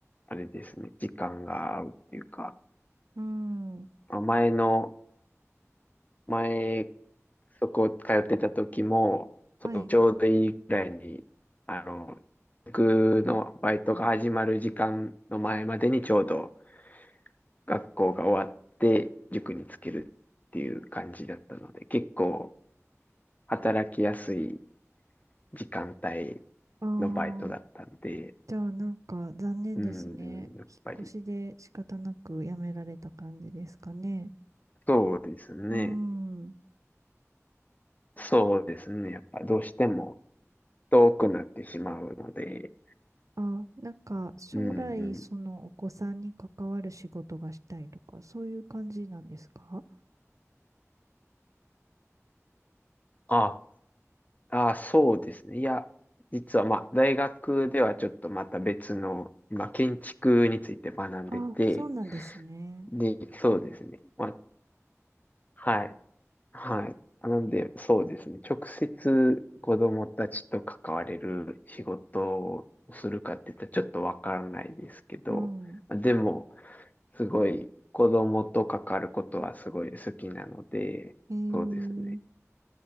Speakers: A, on the left; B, on the right.
A: あれですね、時間が合うっていうか、
B: うん。
A: まあ前の、前、そこ通ってた時も、
B: はい。
A: そうちょうどいいぐらいに、あの、塾のバイトが始まる時間の前までにちょうど学校が終わって、塾につけるっていう感じだったので、結構働きやすい時間帯
B: あ
A: のバイトだったんで、
B: あ、じゃあなんか残念ですね。
A: うんうん、やっぱり、
B: 引っ越しで仕方なく辞められた感じですかね。
A: そうですね。
B: うん。
A: そうですね。やっぱどうしても遠くなってしまうので、
B: あ、なんか将来そのお子さんに関わる仕事がしたいとか、
A: うんうん。
B: そういう感じなんですか
A: あ、あ、そうですね。いや、実はまあ、大学ではちょっとまた別の、今、建築について学んでて、
B: あ、そうなんですね。
A: で、そうですね。まあ、はい。はい。なんで、そうですね。直接子供たちと関われる仕事をするかって言ったらちょっとわからないですけど、
B: うん。
A: でも、すごい子供と関わることはすごい好きなので、
B: えー、
A: そうですね。